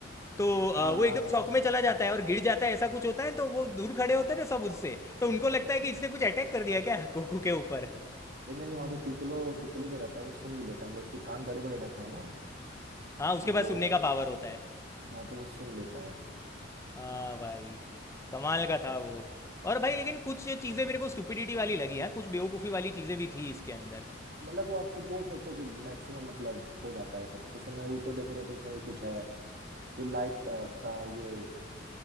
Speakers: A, on the left (about 15°); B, on the right (about 55°).
A: तो अ,
B: हाँ
A: वो
B: हाँ
A: एकदम
B: हाँ
A: शॉक में चला जाता है और गिर जाता है ऐसा कुछ होता है तो वो दूर खड़े होते हैं ना सब उससे तो उनको लगता है कि इसने कुछ अटैक कर दिया क्या गोकू के ऊपर
B: नहीं नहीं नहीं, वहाँ पे पिकोलो पिकोलो जो रहता है वो सुन भी लेता है मतलब उसके कान बड़े बड़े रहते हैं ना
A: हाँ उसके
B: तो वो
A: पास सुनने का पावर होता है
B: हाँ तो वो सुन लेता है
A: हाँ भाई कमाल का था वो और भाई लेकिन कुछ चीज़ें मेरे को स्टुपिडिटी वाली लगी हाँ कुछ बेवकूफ़ी वाली चीज़ें भी थी इसके अंदर
B: मतलब वो आप तो बोल सकते हो कि मैक्सिमम मतलब हो जाता है सब जैसे नारुतो देखोगे तो उसमें भी कुछ है फिर लाइट आपका ये